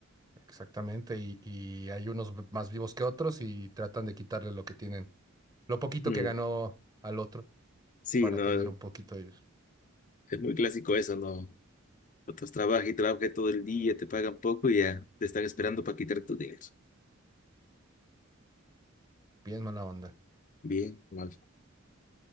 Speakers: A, on the right; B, on the left.
A: exactamente. Y, y hay unos v- más vivos que otros y tratan de quitarle lo que tienen, lo poquito
B: Mm,
A: que ganó al otro
B: Sí,
A: para
B: no,
A: tener
B: es,
A: un poquito ellos.
B: es muy clásico eso, ¿no? Otros trabajan y trabajan todo el día, te pagan poco y ya te están esperando para quitar tu dinero.
A: Bien mala onda.
B: Bien, mal.